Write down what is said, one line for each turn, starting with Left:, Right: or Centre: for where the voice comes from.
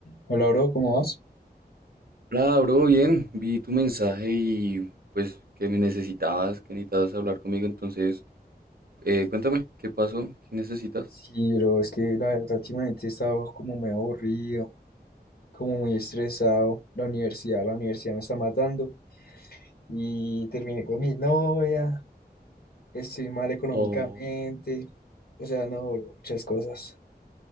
Left: Hola, bro, ¿cómo vas?
Right: Hola, bro, bien. Vi tu mensaje y pues que me necesitabas, que necesitabas hablar conmigo. Entonces, eh, cuéntame, ¿qué pasó? ¿Qué necesitas?
Left: Sí, bro, es que la verdad últimamente he estado como muy aburrido, como muy estresado. La universidad, la universidad me está matando y terminé con mi novia, estoy mal económicamente,
Right: Oh,
Left: o sea, no, bro, muchas cosas.